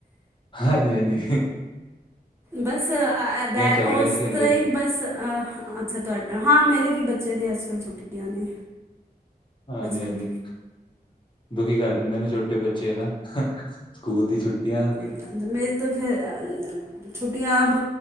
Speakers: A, on the left; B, on the right.
A: ਹਾਂਜੀ-ਹਾਂਜੀ।
B: ਬਸ ਬੈਂ
A: ਚੱਲ ਰਹੀਆਂ
B: ਉਸ
A: ਸੀ ਹਲੇ
B: ਤਰ੍ਹਾਂ ਹੀ ਬਸ ਅੱਛਾ, ਤੁਹਾਡਾ ਹਾਂ ਮੇਰੇ ਵੀ ਬੱਚਿਆਂ ਦੀ ਅੱਜ-ਕੱਲ੍ਹ ਛੁੱਟੀ ਆ ਨੇ।
A: ਹਾਂਜੀ-ਹਾਂਜੀ,
B: ਕੱਲ੍ਹ
A: ਦੁਖੀ ਕਰ ਦਿੰਦੇ ਨੇ ਛੋਟੇ ਬੱਚੇ ਹੈਨਾ। ਹਾ, ਸਕੂਲ ਦੀ ਛੁੱਟੀਆਂ
B: ਮੇਰੀ ਤੋਂ ਖੈਰ ਛੁੱਟੀਆਂ ਆਪ